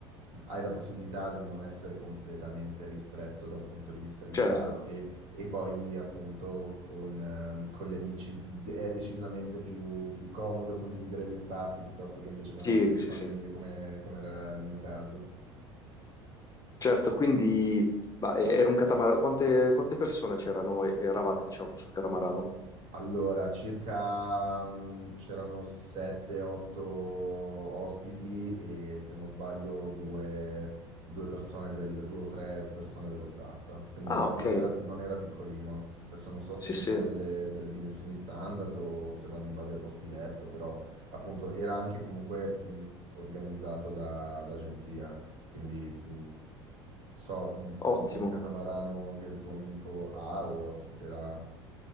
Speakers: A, on the right; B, on the left.
A: hai la possibilità di non essere completamente ristretto da un punto di vista di
B: certo,
A: spazi e poi appunto con, ehm, con gli amici d- è decisamente più, più comodo condividere gli spazi piuttosto che invece con
B: sì,
A: altre due
B: sì,
A: famiglie,
B: sì,
A: come, come era il mio caso.
B: certo, quindi, ma e- era un catamarano, quante, quante persone c'erano e eravate, diciamo, sul catamarano?
A: Allora, circa mh, c'erano 7-8 ospiti e se non sbaglio due, due persone del, due o tre persone dello staff, quindi
B: Ah,
A: non,
B: ok,
A: non era, non era piccolino. Adesso non so se
B: sì,
A: ci
B: sì,
A: sono delle, delle dimensioni standard o se vanno in base ai posti letto, però appunto era anche comunque mh, organizzato da, da agenzia, quindi mh, so il
B: ottimo.
A: tipo di catamarano che il tuo amico ha o affitterà.